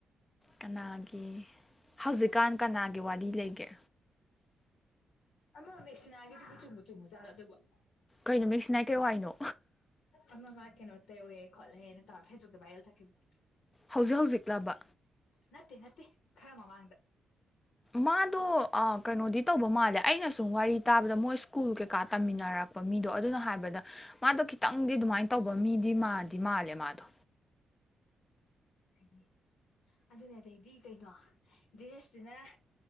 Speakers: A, on the left; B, on the left.
A: ꯀꯅꯥꯒꯤ ꯍꯧꯖꯤꯛꯀꯥꯟ ꯀꯅꯥꯒꯤ ꯋꯥꯔꯤ ꯂꯩꯒꯦ
B: ꯑꯃ ꯃꯦꯁꯅꯒꯤꯗꯨꯕꯨ ꯆꯨꯝꯕ ꯆꯨꯝꯃ ꯖꯥꯠꯂ‌ꯣ ꯑꯗꯨꯕ‌ꯣ
A: ꯀꯩꯅꯣ ꯃ‌ꯦꯛꯁꯤꯅ ꯀꯩ ꯋꯥꯔꯤꯅꯣ
B: ꯑꯃꯥ ꯃꯥ ꯀꯩꯅꯣ ꯇꯧꯋꯦ ꯈꯣꯠꯂꯦꯅ ꯇꯧꯔ ꯐꯦꯁꯕꯨꯛꯇ ꯚꯥꯏꯔꯜ ꯆꯠꯈꯤꯕꯗꯣ
A: ꯍꯧꯖꯤꯛ ꯍꯧꯖꯤꯛꯂꯕ
B: ꯅꯠꯇꯦ ꯅꯠꯇꯦ ꯈꯔꯃ ꯃꯃꯥꯡꯗ
A: ꯃꯥꯗꯣ ꯑ ꯀꯩꯅꯣꯗꯤ ꯇꯧꯕ ꯃꯥꯜꯂꯦ ꯑꯩꯅ ꯁꯨꯝ ꯋꯥꯔꯤ ꯇꯥꯕꯗ ꯃꯣꯏ ꯁ꯭ꯀꯨꯜ ꯀꯩꯀꯥ ꯇꯝꯃꯤꯟꯅꯔꯛꯄ ꯃꯤꯗꯣ ꯑꯗꯨꯅ ꯍꯥꯏꯕꯗ ꯃꯥꯗꯣ ꯈꯤꯇꯪꯗꯤ ꯑꯗꯨꯃꯥꯏꯅ ꯇꯧꯕ ꯃꯤꯗꯤ ꯃꯥꯗꯤ ꯃꯥꯜꯂꯦ ꯃꯥꯗꯣ
B: ꯍꯥꯏꯗꯤ ꯑꯗꯨꯅꯦ ꯑꯗꯩꯗꯤ ꯀꯩꯅꯣ ꯗ꯭ꯔꯦꯁꯇꯨꯅ